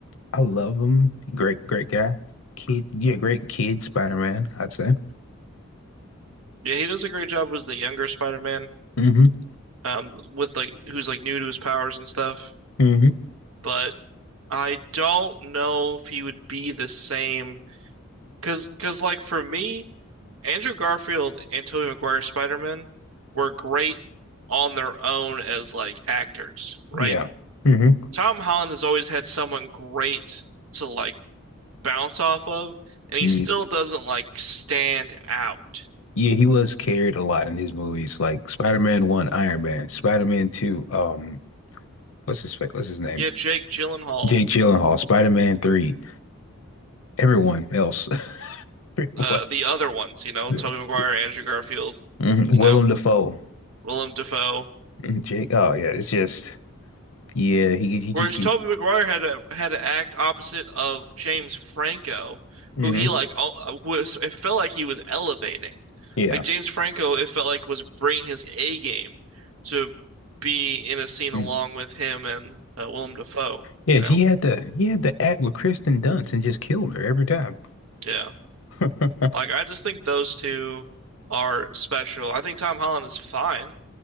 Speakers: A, on the left (about 70°); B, on the right (about 85°).
A: I love him. Great, great guy. Kid, yeah, great kid Spider-Man, I'd say.
B: yeah, he does a great job as the younger Spider-Man,
A: hmm
B: um, with like who's like new to his powers and stuff.
A: hmm
B: But I don't know if he would be the same, cause, cause like for me. Andrew Garfield and Tobey Maguire's Spider-Man were great on their own as like actors, right?
A: Yeah. hmm
B: Tom Holland has always had someone great to like bounce off of, and he
A: Yeah.
B: still doesn't like stand out.
A: Yeah, he was carried a lot in his movies, like Spider-Man 1, Iron Man, Spider-Man 2, um, what's his fa- what's his name?
B: Yeah, Jake Gyllenhaal,
A: Jake Gyllenhaal, Spider-Man 3, everyone else. <laughs>
B: uh, the other ones, you know,
A: The-
B: Tobey Maguire,
A: the-
B: Andrew Garfield,
A: mhm,
B: you
A: Willem
B: know,
A: Dafoe.
B: Willem Dafoe.
A: Mhm, Jake. Oh yeah, it's just yeah, he he
B: Whereas
A: just can
B: Toby Maguire had to had to act opposite of James Franco,
A: hmm
B: who he like al- uh, was. It felt like he was elevating.
A: Yeah.
B: Like James Franco, it felt like was bringing his A game to be in a scene
A: hmm
B: along with him and uh, Willem Dafoe.
A: Yeah,
B: You
A: he
B: know,
A: had to he had to act with Kristen Dunst and just killed her every time.
B: yeah.
A: <laughs>
B: Like I just think those two are special. I think Tom Holland is fine,